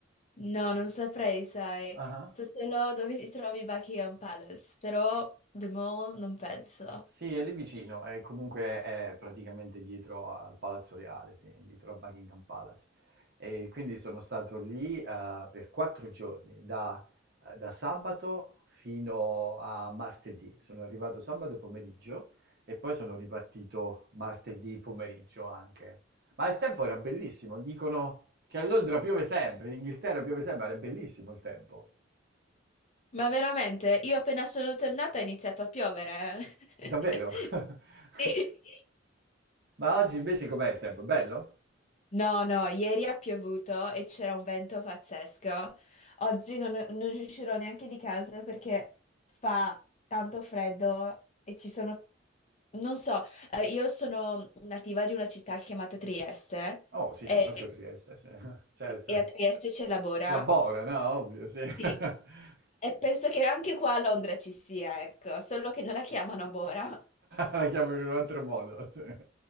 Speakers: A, on the left (about 35°); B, on the right (about 55°).
A: No, non saprei, sai.
B: Ah.
A: So solo dove si trovi Buckingham Palace, però The Mall non penso.
B: Sì, è lì vicino, e comunque è praticamente dietro al Palazzo Reale, sì, dietro a Buckingham Palace. E quindi sono stato lì eh, per quattro giorni, da, eh, da sabato fino a martedì. Sono arrivato sabato pomeriggio e poi sono ripartito martedì pomeriggio anche. Ma il tempo era bellissimo, dicono che a Londra piove sempre, in Inghilterra piove sempre, era bellissimo il tempo.
A: Ma veramente, io appena sono tornata ha iniziato a piovere. eh.
B: Davvero?
A: <laughs>
B: <laughs>
A: Sì.
B: Ma oggi invece com'è il tempo? È Bello?
A: No, no, ieri ha piovuto e c'era un vento pazzesco. Oggi non, non uscirò neanche di casa perché fa tanto freddo e ci sono... Non so, eh, io sono nativa di una città chiamata Trieste
B: Oh, sì,
A: e,
B: conosco Trieste, sì. <laughs> Certo.
A: e a Trieste c'è la Bora.
B: La Bora, no? Ovvio, sì.
A: Sì.
B: <laughs>
A: E penso che anche qua a Londra ci sia, ecco, solo che non la chiamano Bora.
B: La chiamano in un altro modo. sì.